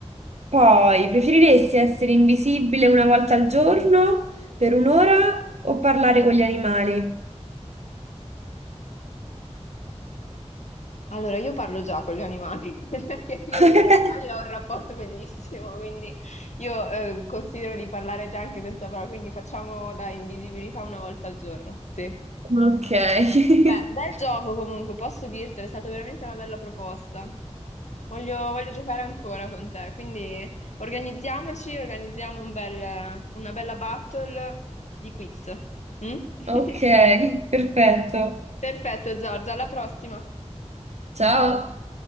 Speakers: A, on the right; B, on the left.
A: Poi, preferiresti essere invisibile una volta al giorno per un'ora o parlare con gli animali?
B: Allora, io parlo già con gli animali, <laughs> perché io
A: <laughs>
B: con gli animali ho un rapporto bellissimo, quindi io eh, considero di parlare già anche senza parole, quindi facciamo da invisibilità una volta al giorno. Sì.
A: Ok. <laughs>
B: Beh, bel gioco comunque, posso dirtelo, è stata veramente una bella proposta. Voglio, voglio giocare ancora con te, quindi organizziamoci, organizziamo un bel- una bella battle di quiz. Mm? <laughs>
A: Ok, perfetto.
B: Perfetto, Giorgia, alla prossima.
A: Ciao.